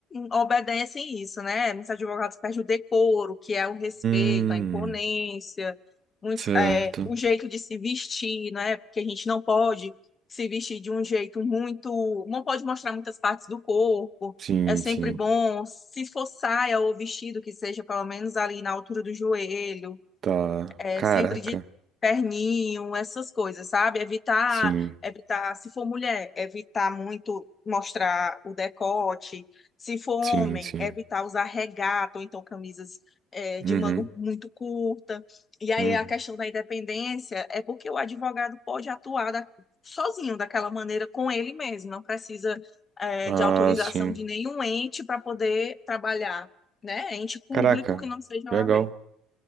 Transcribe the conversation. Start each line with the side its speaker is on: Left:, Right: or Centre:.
Left: obedecem isso, né? Muitos advogados perdem o decoro, que é o respeito,
Right: Hum.
Left: a imponência, muitos,
Right: Certo.
Left: é, o jeito de se vestir, né? Porque a gente não pode se vestir de um jeito muito. Não pode mostrar muitas partes do corpo.
Right: Sim,
Left: É sempre
Right: sim.
Left: bom, se for saia ou vestido, que seja pelo menos ali na altura do joelho
Right: Tá.
Left: é,
Right: Caraca.
Left: sempre de terninho, essas coisas, sabe? Evitar,
Right: Sim,
Left: evitar, se for mulher, evitar muito mostrar o decote. Se for
Right: sim,
Left: homem,
Right: sim.
Left: evitar usar regata ou então camisas é,
Right: Uhum.
Left: de manga muito curta. E aí
Right: Uhum.
Left: a questão da independência é porque o advogado pode atuar da- sozinho daquela maneira com ele mesmo, não precisa é,
Right: Ah,
Left: de autorização
Right: sim.
Left: de nenhum ente para poder trabalhar, né? Ente público
Right: Caraca,
Left: que não seja
Right: legal.
Left: O a OAB.